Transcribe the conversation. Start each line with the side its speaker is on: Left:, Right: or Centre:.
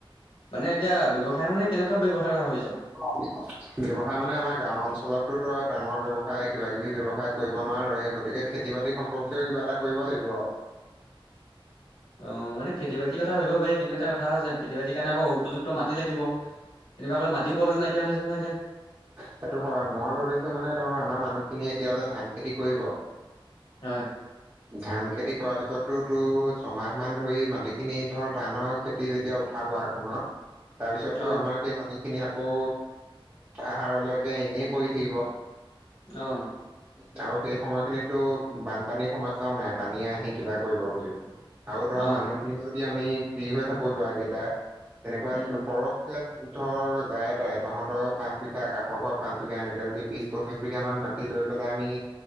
Left: মানে এতিয়া ব্যয়ৱসায় মানে কেনেকুৱা ব্যৱসায় কৰাথা ভাবিছ?
Right: <inaudible> ব্যৱসায় মানে আমাৰ গাঁও অঞ্চলতো তো ডাঙৰ ব্যয়ৱসায় কিবা কিবি ব্যৱসায় কৰিব নোৱাৰোৱে গতিকে খেতি বাতি সম্পৰ্কীয় কিবা এটা কৰিব লাগিব আৰু।
Left: অ, মানে খেতি বাতি কথা ভাবিব পাৰি কিন্তু এটা কথা আ খেতি বাতি কাৰণে আকৌ উপযোগ টো মাটতি লাগিব তেনেকুৱাৈ মিও পাবলৈ নাইকিয়া হৈছে নহয় এতিয়া।
Right: সেইটো হয় মই ভাবিছো মানে ধৰ আমাৰ মানুহখিনিয়ে এতিয়া যে ধান খেতি কৰিব,
Left: হয়,
Right: ধান খেতি কৰাৰ পিছতটো তো ছমাহ মান ধৰি মাটি খিনি ধৰ ধানৰ খেতি মাটি যেতিয়া উঠাব আঘোণত তাৰ পিছতো
Left: অ'
Right: আমাৰ সেই মাটি খিনি আকৌ আহাৰলৈকে এনেই পৰি থাকিব।
Left: অ,
Right: <inaudible> আৰু সেই সময়খিনিতো বানপানীৰ সমস্যাও নাই পানীয়ে আহি কিবা কৰিব বুলিও, আৰু ধৰ
Left: অ'
Right: মানুহখিনিও যদি আমি ফ্ৰী হৈ থাকো লোৱা কেইটা তেনেকুৱা
Left: উম
Right: সৰহ ধৰ যায় তাই তহঁতৰ পাঁচ বিঘা কষকৰৰ পাঁচ বিঘা এনেকে যদি বিশ পঁচিশ বিঘা মান মাটি লৈ পেলাই আমি